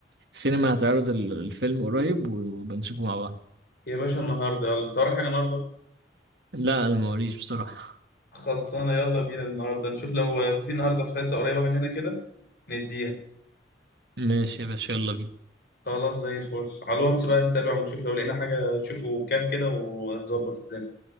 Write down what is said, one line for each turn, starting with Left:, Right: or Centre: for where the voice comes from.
Right: سينما هتعرض ال- الفيلم قريب وبنشوفه مع بعض
Left: يا باشا النهارده يلا انت وراك حاجه النهارده
Right: لا انا موريش بصراحه
Left: خلصانه يلا بينا النهارده نشوف لو في النهارده في حته قريبه مننا كده نديها
Right: ماشي يا باشا يلا بينا
Left: خلاص زي الفل على الواتس بقى نتابع ونشوف لو لقينا حاجة تشوفه بكام كده ونظبط الدنيا